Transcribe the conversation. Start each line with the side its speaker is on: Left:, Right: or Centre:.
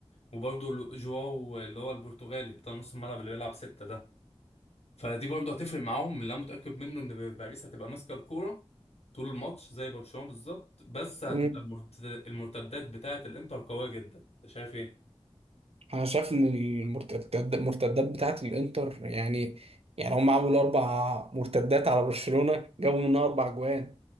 Left: وبرضه لو- جواو اللي هو البرتغالي بتاع نص الملعب اللي بيلعب ستة ده فدي برضه هتفرق معاهم اللي انا متاكد منه ان باريس هتبقى ماسكه الكوره طول الماتش زي برشلونه بالظبط بس هتبقى
Right: الانتر
Left: المرت- المرتدات بتاعه الانتر قويه جدا انت شايف ايه
Right: انا شايف ان المرتدات المرتدات بتاعت الانتر يعني يعني هم عملوا اربع مرتدات على برشلونة جابوا منها اربع جوان